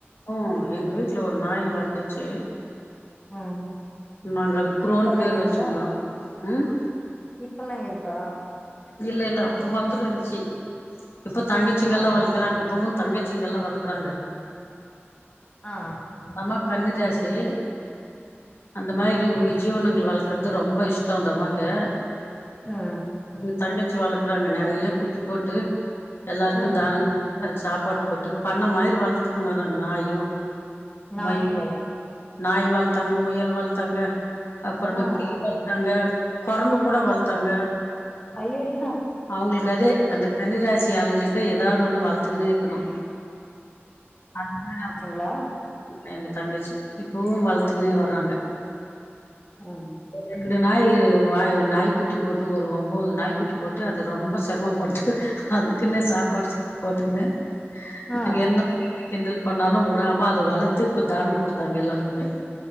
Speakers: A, on the left; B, on the left.
A: ம் எங்க வீட்ல ஒரு நாய் வளந்துச்சு
B: ம்
A: நாங்க அது குரோன்னு
B: இப்பல்லா
A: பேர்
B: இருக்கா
A: வச்சிருந்தோ ம்
B: இப்பல்லா இருக்கா
A: இல்ல இல்ல அப்ப மாத்தரோ இருந்ச்சி இப்ப தங்கச்சிங்கல்லா
B: ஆ
A: வளக் குறாங்க இப்பவு தங்கச்சிங்கல்லா வளக்குறாங்க
B: ஆ
A: நமக் கன்னி ஜாசி அந்த மாரி வு ஜீவனங்கள வளக்கறது ரொம்ப இஷ்டோ அந்தம்மாக்கு
B: அ
A: எங்க தங்கச்சி வளக்குறாங்க நெறைய குட்டி போட்டு எல்லாருக்கு
B: ம்
A: தானோ அதுக்கு சாப்பாடு போட்டு பண்ண மாரி வளத்துக்கு வர்றாங்க நாயு
B: நாயிங்க
A: மொய் நாய் வளத்தாங்க முயல் வளத்தாங்க அப்பறமா
B: ஆ
A: கீழை
B: ஆ
A: தாங்க கொரங்கு கூட வளத்தாங்க
B: ஐயய்யோ
A: அவுங்களுக்கு அதே
B: ம்
A: அந்த கண்ணிராசி ஆளுங்களுக்கு ஏதாவது ஒண்ணு வளத்துக்குனே இருக்கணு <unintelligible>
B: ங்களா
A: எங்க தங்கச்சி இப்பவு வளத்துக்குனே வர்றாங்க
B: ம்
A: ரெண்டு நாய் வ நாய்க் குட்டி போட்டு ஒரு ஒன்போது நாய்க் குட்டி போட்டு அது ரொம்ப செரமப்பட்டு டு அது துக்குன்னே
B: ம்
A: சாப்பாடு செஞ்சு போட்டுக்குனு நாங்க
B: ஆ
A: என்ன கிண்டல் பண்ணாலு வுடாம அத வளத்து இப்போ தானம் கொடுத்தாங்க எல்லாருக்குமே